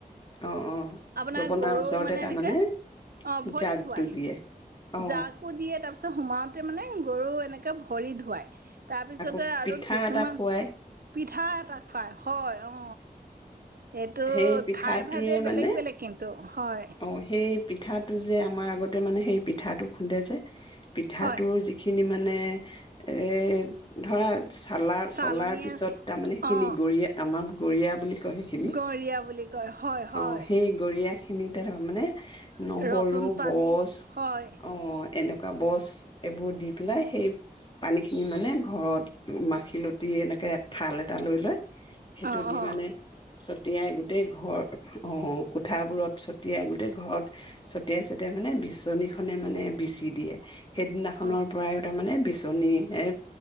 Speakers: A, on the left; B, on the right.
A: অ অ
B: আপোনাৰ
A: জপনাৰ
B: গৰু
A: ওচৰতে
B: মানে
A: তাৰমানে
B: এনেকে, অ', ভৰি
A: জাগটো
B: ধুৱাই।
A: দিয়ে অ
B: জাকো দিয়ে তাৰপিছত ছ সোমাওতে মানে গৰু এনেকে ভৰি ধুৱাই। তাৰপিছতে
A: আকৌ
B: আৰু
A: পিঠা
B: কিছুমান
A: এটা খুৱাই
B: পিঠা এটা খুৱাই হয় অ' এইটো
A: সেই পিঠাটোৱে
B: ঠাই ভেদে বেলেগ
A: মানে
B: বেলেগ কিন্তু হয়
A: অ হেই পিঠাটো যে আমাৰ আগতে মানে হেই পিঠাটো খুন্দে যে পিঠাটোৰ
B: হয়
A: যিখিনি মানে মানে, এ, ধৰা চালা-চলাৰ
B: চালনীয়ে
A: পিছত তাৰমানে সেইখিনি
B: অ
A: গৰিয়ে আমা গৰিয়া বুলি কয় সেইখিনি
B: গৰীয়া বুলি কয়, হয় হয়।
A: অ সেই গৰিয়া খিনিতে তাৰমানে নহৰু
B: ৰচুন পানী
A: বছ,
B: হয়
A: অ এনেকুৱা বছ, এইবোৰ দি পেলাই সেই পানীখিনি মানে ঘৰত মাখিলতি এনেকে ঠাল এটা লৈ লয় সেইটো
B: অ
A: দি
B: অ
A: মানে চতিয়াই গোটেই ঘৰ, অ কোঠাবোৰত ছটিয়াই গোটেই ঘৰত, ছটিয়াই-ছতিয়াই মানে বিচনী খনে মানে বিচি দিয়ে। সেইদিনাখনৰ
B: অ
A: পৰাইও তাৰমানে বি বিচনীহে